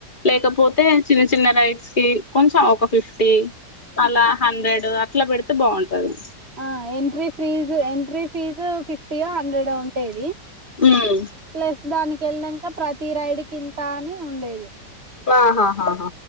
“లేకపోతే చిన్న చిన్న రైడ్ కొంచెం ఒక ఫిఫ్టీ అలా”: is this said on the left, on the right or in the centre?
Left